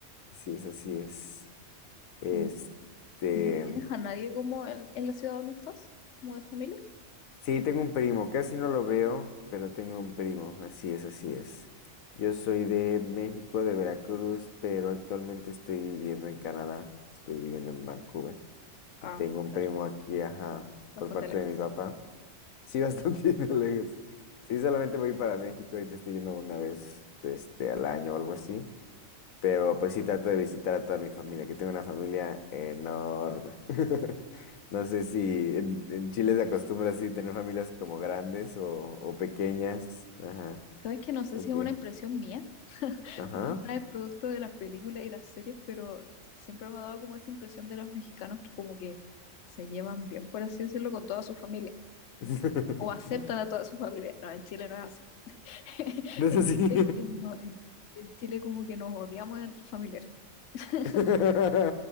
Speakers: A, on the left; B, on the left.
A: Sí es, así es. Este,
B: Mm, ¿Y no tienes a nadie como en, en la ciudad donde estás? ¿Como de familia?
A: sí, tengo un primo, casi no lo veo, pero tengo un primo, así es, así es. Yo soy de México, de Veracruz, pero actualmente estoy viviendo en Canadá, estoy viviendo en Vancouver.
B: Ah,
A: Y tengo un
B: claro,
A: primo aquí, ajá,
B: bastante
A: por parte
B: lejos.
A: de mi papá. Sí, bastante <laughs> lejos. Sí, solamente voy para México, ahorita estoy yendo una vez este, al año o algo así. Pero pues sí trato de visitar a toda mi familia, que tengo una familia enorme. <laughs> No sé si en, en Chile se acostumbra así tener familias como grandes o, o pequeñas. Ajá,
B: Sabes que no sé
A: ok.
B: si es una impresión mía <laughs>
A: Ajá.
B: o quizás es producto de las películas y las series, pero siempre me ha dado como esa impresión de los mexicanos que como que se llevan bien, por así decirlo, con toda su familia.
A: <laughs>
B: o aceptan a toda su familia. No, en Chile no es así. <laughs>
A: No es
B: En,
A: así.
B: en- en- no, en- en Chile como que nos odiamos entre familiares. <laughs>
A: <laughs>